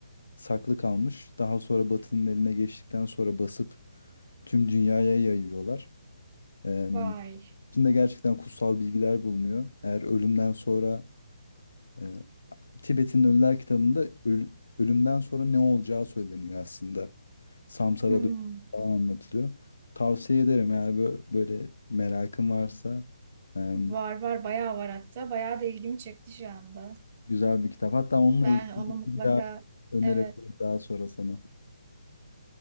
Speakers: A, on the left; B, on the right.
A: saklı kalmış. Daha sonra Batı'nın eline geçtikten sonra basıp tüm dünyaya yayıyorlar. Ee,
B: Vay.
A: içinde gerçekten kutsal bilgiler bulunuyor. Eğer ölümden sonra e, Tibet'in Ölüler kitabında öl- ölümden sonra ne olacağı söyleniyor aslında. Samsara
B: Hmm.
A: dönüşü falan anlatılıyor. Tavsiye ederim eğer bö- böyle merakın varsa e,
B: Var var bayağı var hatta. Bayağı da ilgimi çekti şu anda.
A: güzel bir kitap. Hatta onunla
B: Ben
A: ilgili
B: onu mutlaka
A: bir daha önerebilirim
B: evet
A: daha sonra sana.